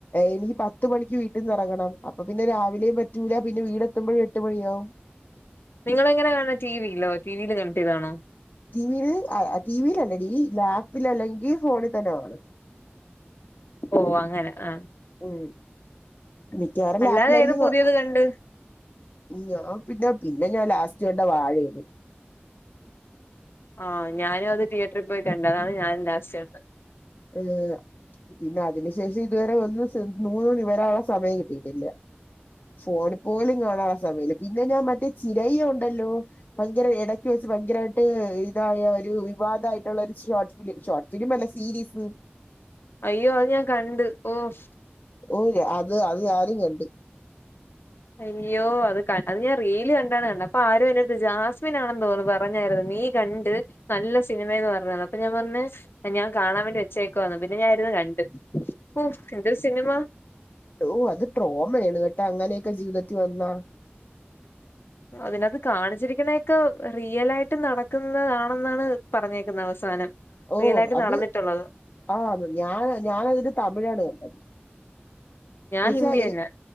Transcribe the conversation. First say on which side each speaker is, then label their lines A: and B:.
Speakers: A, on the left (about 45°); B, on the left (about 65°).
A: എനിക്ക് പത്ത് മണിക്ക് വീട്ടിന്നിറങ്ങണം അപ്പ പിന്നെ രാവിലെയും പറ്റൂല പിന്നെ വീടെ ത്തുമ്പഴെ ട്ട് മണിയാവും.
B: നിങ്ങളെങ്ങനെ കാണാ? ടി വി യിലോ? ടിവിയില് കണക്റ്റെയ്താണോ?
A: ടി വീ ല്. ടി വീ ലല്ലടീ. ലാപ്പിൽ അല്ലെങ്കി ഫോണി തന്നെ കാണും
B: ഓഹ് അങ്ങനെ ആഹ്
A: ഉം മിക്കവാറും
B: അല്ലാതെ
A: ലാപ്പിലായിരിക്കും
B: ഏത് പുതിയത്
A: കാ
B: കണ്ട്
A: ഞാ പിന്നെ പിന്നെ ഞാൻ ലാസ്റ്റ് കണ്ട വാഴേണ്.
B: ആഹ് ഞാനും അത് തിയേറ്ററി പോയി കണ്ട്. അതാണ് ഞാനും ലാസ്റ്റ് കണ്ടത്.
A: ഏഹ് പിന്നെ അതിനു ശേഷം ഇതുവരെ വന്ന് സ് നൂന്ന് നിവരാനുള്ള സമയം കിട്ടിയിട്ടില്ല. ഫോണി പോലും കാണാള്ള സമയില്ല. പിന്നെ ഞാൻ മറ്റേ ചിരയി ഉണ്ടല്ലോ ഭയങ്കര എടക്ക് വെച്ച് ഭയങ്കരായിട്ട് ഇതായ ഒരു വിവാദായിട്ടുള്ളൊരു ഷോട്ട് ഫിലിം ഷോട്ട് ഫിലിമല്ല സീരീസ്
B: അയ്യോ അത് ഞാൻ കണ്ട് ഓഫ്
A: ഓഹ് അത് അത് ഞാനും കണ്ട്
B: അയ്യോ അത് ക അത് ഞാൻ റീല് കണ്ടാണ് കണ്ട്. അപ്പൊ ആരോന്റെടുത്തോച്ച് ആസ്മിനാണെന്ന് തോന്നുന്നു പറഞ്ഞായിരുന്നു നീ കണ്ട് നല്ല സിനിമേന്ന് പറഞ്ഞന്ന് അപ്പം ഞാൻ പർഞ് പ്പ ഞാൻ കാണാൻ വേണ്ടി വെച്ചേക്കുവാന്ന്. പിന്നെ ഞാന് ഇരുന്ന് കണ്ട്. ഓഹ് എന്തൊരു സിനിമ
A: യ്യോ അത് ട്രോമയാണ് കേട്ടാ അങ്ങനെയൊക്കെ ജീവിതത്തി വന്നാ
B: അതിനകത്ത് കാണിച്ചിരിക്കണെക്കെ റിയലായിട്ട് നടക്കുന്നതാണെന്നാണ് പറഞ്ഞേക്കുന്നെ അവസാനം
A: ഓഹ്
B: റിയൽ ആയിട്ട്
A: അത്
B: നടന്നിട്ടുള്ളത്
A: ആ ഞാ ഞാനതിന്റെ തമിഴാണ് കണ്ട
B: ഞാൻ
A: പ്രസാ
B: ഹിന്ദി
A: എനി
B: തന്നെ